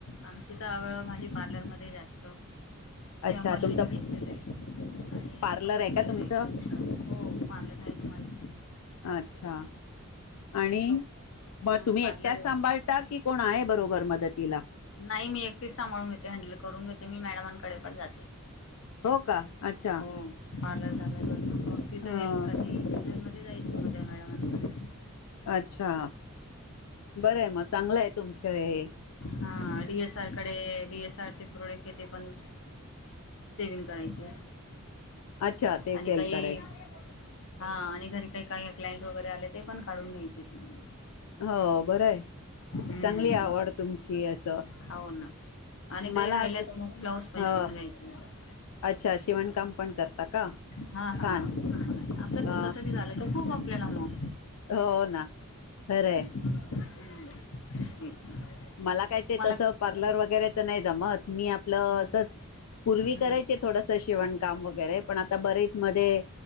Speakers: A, on the left (about 60°); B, on the left (about 85°).
A: आमची तर आवळ माझी पार्लरमध्ये, जास्त.
B: अच्छा
A: मशीन
B: तुमचं
A: घेतलेलय. आणि
B: पार्लर
A: कपडे
B: आहे का
A: रोज
B: तुमचं
A: शिवते. हो, पार्लर हाय ना. माझं.
B: अच्छा. आणि?
A: छोट
B: म
A: हं
B: तुम्ही
A: पार्लर
B: एकट्याच
A: आहे
B: सांभाळ ता की कोण आहे? बरोबर मदतीला.
A: नाही मी, एकटीच सांभाळून घेते. हँडल करून घेते मी. मॅडमांकडे पण जाते.
B: हो का अच्छा
A: हं. पार्लर झालाय माझं. मग तिथं
B: ह
A: हेल्पसाठी सीझनमध्ये जायचं, मग त्या मॅडमांकडे.
B: अच्छा. बरंय मग. चांगलंय. तुमच हे.
A: हा डी एस आर कडे, डीएस आर चे प्रोडक्ट आहे ते पण सेविंग करायचे
B: अच्छा ते सेल
A: आणि काही
B: करायच
A: हा आणि घरी काही काही क्लायंट वगैरे आले ते पण काढून घ्यायचे आहेत मग पण
B: हो बरं आहे
A: हम्म
B: चांगली आवड तुमची असं
A: हो ना आणि काही
B: मला
A: राहिलं
B: असं
A: तर मग ब्लाऊज पण
B: ह
A: शिवून घ्यायचं
B: अच्छा शिवणकाम पण करता का
A: हा हा
B: छान
A: नाही आपल्या स्वतःच
B: अ
A: भी झालंय तर खूप आपल्याला मग
B: हो ना खरं
A: हम्म
B: आहे
A: हम्म तेच ना
B: मला काय
A: तुम्हाला
B: ते तसं पार्लर वरेच नाही जम मी आपलं
A: हम्म
B: अस पूर्
A: हम्म
B: कराय थोडस शिवणकाम वगैरे पण आता बरीेच मध्ये